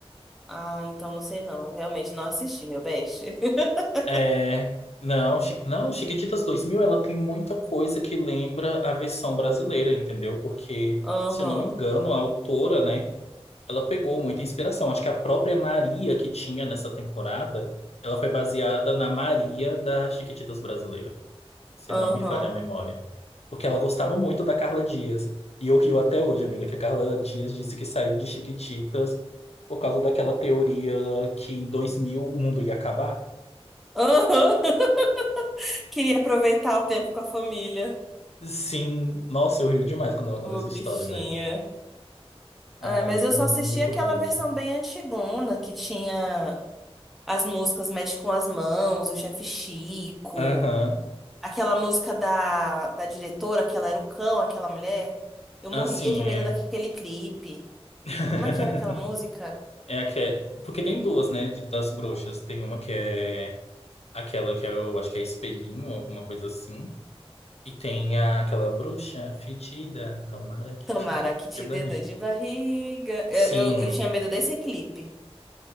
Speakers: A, in the centre; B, on the left.
A: Ah, então não sei não. Eu realmente não assisti, meu best. <laughs>
B: É, não, Chi- não, Chiquititas dois mil, ela tem muita coisa que lembra a versão brasileira, entendeu? Porque,
A: Aham,
B: se eu não me engano, a autora, né, ela pegou muita inspiração. Acho que a própria Maria que tinha nessa temporada, ela foi baseada na Maria da Chiquititas brasileira, se
A: aham,
B: não me falha a memória. Porque ela gostava muito da Carla Dias. E eu rio até hoje, amiga, que a Carla Dias disse que saiu de Chiquititas por causa daquela teoria que em 2000 o mundo ia acabar.
A: aham. <laughs> Queria aproveitar o tempo com a família.
B: Sim, nossa, eu rio demais quando ela conta
A: Ô,
B: essa
A: bichinha.
B: história, velho. Ai,
A: Ah, mas eu só
B: muito
A: assisti aquela
B: boa.
A: versão bem antigona, que tinha as músicas Mexe com as Mãos, o Chefe Chico,
B: Aham.
A: aquela música da, da diretora, que ela era o cão, aquela mulher. Eu
B: Assim,
A: morria de medo
B: é.
A: daquele clipe.
B: <laughs>
A: Como é que era aquela música?
B: É a que é... Porque tem duas, né, de- das bruxas. Tem uma que é aquela que é, eu acho que é espelhinho, alguma coisa assim. E tem a- aquela bruxa fedida, tomara que
A: Tomara
B: te dê
A: que
B: de
A: te
B: barriga.
A: dê dor de barriga. Eu,
B: Sim.
A: eu, eu tinha medo desse clipe.